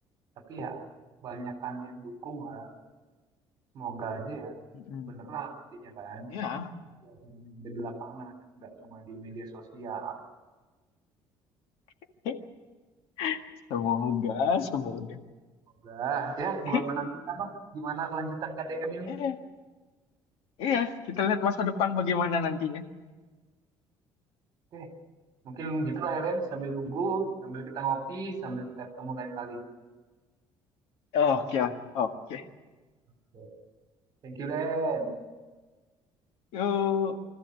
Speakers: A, on the right; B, on the left.
A: tapi ya banyakan yang dukung lah semoga aja ya
B: Mm-mm.
A: beneran artinya kan
B: ya
A: situasi ini ada di lapangan nggak cuma di media sosial
B: <laughs> semoga semoga
A: semoga ya
B: <laughs>
A: gua menantikan lah gimana kelanjutan KDM ini
B: Iya, Iya, kita lihat masa depan bagaimana nantinya.
A: oke mungkin gitulah ya Den sambil nunggu sambil kita ngopi sambil kita ketemu lain kali
B: Oke lah, oke.
A: Oke. thank you Den
B: Yuk,